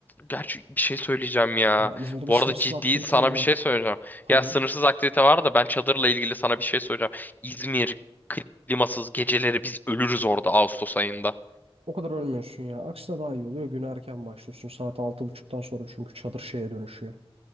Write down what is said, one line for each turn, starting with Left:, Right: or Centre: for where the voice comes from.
Left: Gerçi bir şey söyleyeceğim ya.
Right: Ya İzmir'de
Left: Bu
Right: sınırsız
Left: arada ciddi
Right: aktivitem
Left: sana bir
Right: var.
Left: şey söyleyeceğim.
Right: Tabii.
Left: Ya sınırsız aktivite var da ben çadırla ilgili sana bir şey söyleyeceğim. İzmir klimasız geceleri biz ölürüz orada Ağustos ayında.
Right: O kadar ölmüyorsun ya. Aksine daha iyi oluyor. Güne erken başlıyorsun. Saat altı buçuktan sonra çünkü çadır şeye dönüşüyor.